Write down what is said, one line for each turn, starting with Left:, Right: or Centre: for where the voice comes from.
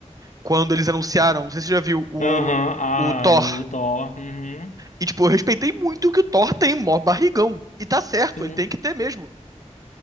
Right: quando eles anunciaram. Não sei se você já viu o,
Left: Aham, ah,
Right: o Thor.
Left: o Thor. Uhum,
Right: E, tipo, eu respeitei muito que o Thor tem mó barrigão. E tá certo,
Left: sim.
Right: ele tem que ter mesmo.